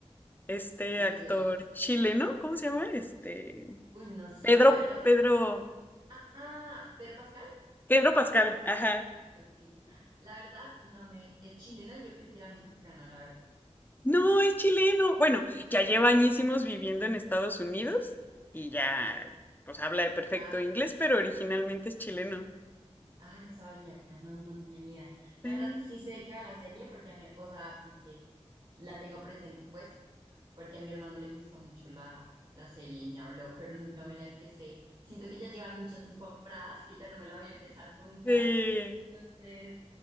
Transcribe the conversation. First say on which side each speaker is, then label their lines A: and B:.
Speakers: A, on the left; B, on the right.
A: este
B: Uy,
A: actor chileno, ¿cómo se llama? Este,
B: uy, no sé.
A: Pedro,
B: La verdad.
A: Pedro,
B: Ah, ah, ¿Pedro Pascal?
A: Pedro Pascal, ajá.
B: Ok. La verdad, no me. ¿Es chileno? Yo creí que era mexicano, la verdad.
A: No, es chileno. Bueno, ya lleva añísimos viviendo en Estados Unidos y ya, pues habla de perfecto
B: Ah,
A: inglés, pero originalmente es chileno.
B: es chi- ah, no sabía. No, no tenía ni idea.
A: Sí,
B: La verdad, sí sé de qué va la serie porque a mí, o sea, como que la tengo presente, pues, porque a mi hermano le gusta mucho la, la serie y me habló, pero nunca me la empecé. Siento que ya llevan muchas temporadas que ya no me la voy a empezar nunca.
A: de,
B: Entonces.